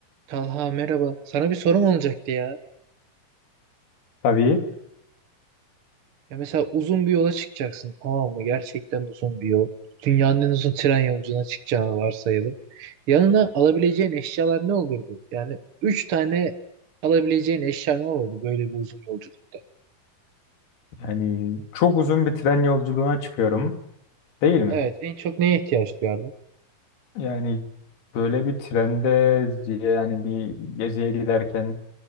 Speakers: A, on the right (about 55°); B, on the left (about 85°).
A: Talha merhaba. Sana bir sorum olacaktı ya.
B: Tabii
A: Ya mesela uzun bir yola çıkacaksın tamam mı? Gerçekten uzun bir yol. Dünyanın en uzun tren yolculuğuna çıkacağını varsayalım. Yanına alabileceğin eşyalar ne olurdu? Yani üç tane alabileceğin eşya ne olurdu böyle bir uzun yolculukta?
B: yani çok uzun bir tren yolculuğuna çıkıyorum değil mi?
A: Evet en çok neye ihtiyaç duyardın?
B: Yani böyle bir trende yani bir geziye giderken